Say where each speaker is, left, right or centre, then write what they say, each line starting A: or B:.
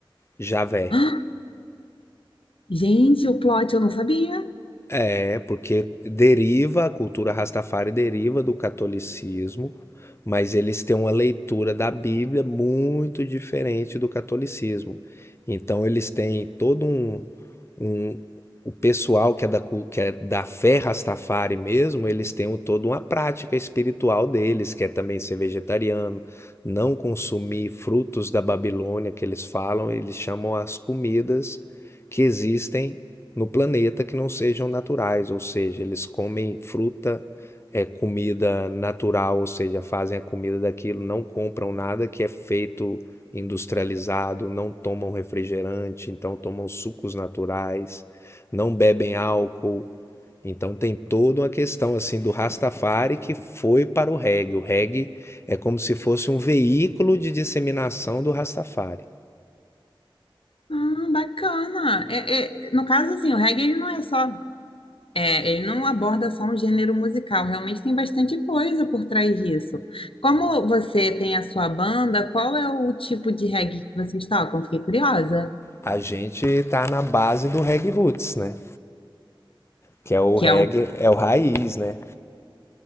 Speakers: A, on the left (about 30°); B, on the left (about 80°).
A: Javé.
B: <gasps> Gente, o plot eu não sabia.
A: É, porque deriva, a cultura Rastafari deriva do catolicismo, mas eles têm uma leitura da Bíblia muito diferente do catolicismo. Então eles têm todo um, um- o pessoal que é da, cu- que é da fé Rastafari mesmo, eles têm um- toda uma prática espiritual deles, que é também ser vegetariano, não consumir frutos da Babilônia que eles falam, eles chamam as comidas que existem no planeta que não sejam naturais, ou seja, eles comem fruta, é comida natural, ou seja, fazem a comida daquilo, não compram nada que é feito industrializado, não tomam refrigerante, então tomam sucos naturais, não bebem álcool. Então tem toda uma questão assim do Rastafari que foi para o reggae. O reggae é como se fosse um veículo de disseminação do Rastafari.
B: Ah, bacana. É, é, no caso, assim, o reggae ele não é só É, ele não aborda só um gênero musical, realmente tem bastante coisa por trás disso. Como você tem a sua banda, qual é o tipo de reggae que vocês tocam? Fiquei curiosa.
A: A gente está na base do reggae roots, né? que é o
B: Que
A: reggae,
B: é o,
A: é o raiz, né?